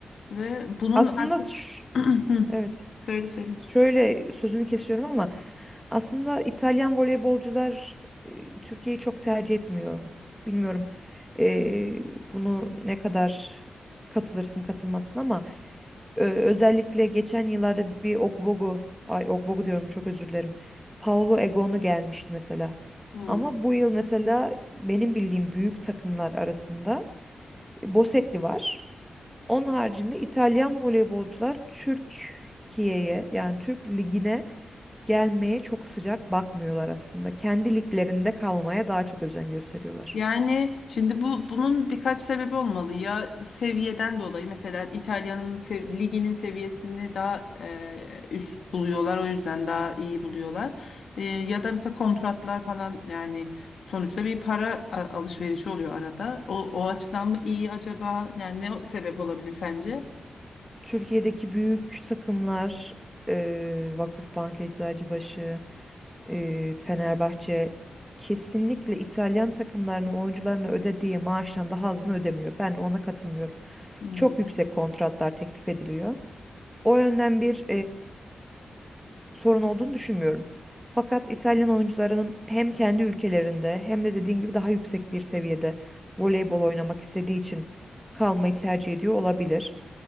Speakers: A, on the left; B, in the centre.
A: ve bunun
B: Aslında
A: artık
B: ş-
A: <clears throat> Hı,
B: evet
A: söyle söyle.
B: şöyle sözünü kesiyorum ama Aslında İtalyan voleybolcular e, Türkiye'yi çok tercih etmiyor. Bilmiyorum e, bunu ne kadar katılırsın katılmazsın ama ö- özellikle geçen yıllarda bir Ogbogu, ay Ogbogu diyorum çok özür dilerim. Paolo Egonu gelmişti mesela.
A: Hmm.
B: Ama bu yıl mesela benim bildiğim büyük takımlar arasında e, Bosetti var. Onun haricinde İtalyan voleybolcular Türkiye'ye yani Türk ligine gelmeye çok sıcak bakmıyorlar aslında. Kendi liglerinde kalmaya daha çok özen gösteriyorlar.
A: Yani şimdi bu bunun birkaç sebebi olmalı. Ya seviyeden dolayı mesela İtalya'nın sev- liginin seviyesini daha e, üst buluyorlar. O yüzden daha iyi buluyorlar. E, ya da mesela kontratlar falan yani sonuçta bir para a- alışverişi oluyor arada. O, o açıdan mı iyi acaba? Yani ne o- sebep olabilir sence?
B: Türkiye'deki büyük takımlar eee Vakıfbank, Eczacıbaşı, eee, Fenerbahçe kesinlikle İtalyan takımlarının oyuncularına ödediği maaştan daha azını ödemiyor. Ben ona katılmıyorum.
A: Hmm.
B: Çok yüksek kontratlar teklif ediliyor. O yönden bir sorun olduğunu düşünmüyorum. Fakat İtalyan oyuncularının hem kendi ülkelerinde hem de dediğin gibi daha yüksek bir seviyede voleybol oynamak istediği için kalmayı tercih ediyor olabilir.